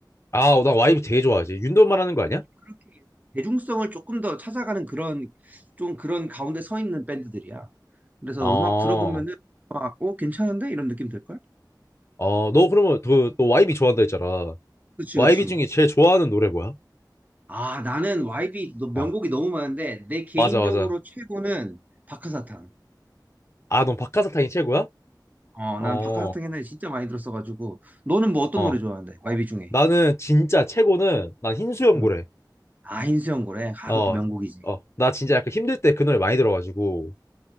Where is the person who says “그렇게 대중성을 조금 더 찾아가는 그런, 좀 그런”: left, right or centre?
Right